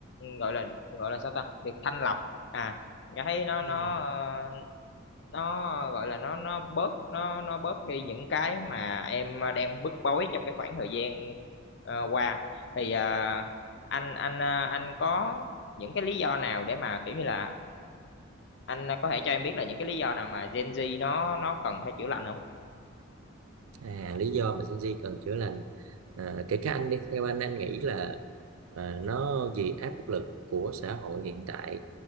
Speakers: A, on the left (about 55°); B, on the right (about 80°).
A: gọi là gọi là sao ta được thanh lọc à em cảm thấy nó
B: ừ.
A: nó ờ, nó gọi là nó nó bớt nó nó bớt đi những cái mà em đang bức bối trong cái khoảng thời gian ờ, qua thì à, anh anh à, anh có những cái lý do nào để mà kiểu như là anh có thể cho em biết là những cái lý do nào mà Gen Z nó nó cần phải chữa lành không?
B: à lý do mà Gen Z cần chữa lành à, kể cả anh đi theo anh anh nghĩ là à, nó vì áp lực của xã hội hiện tại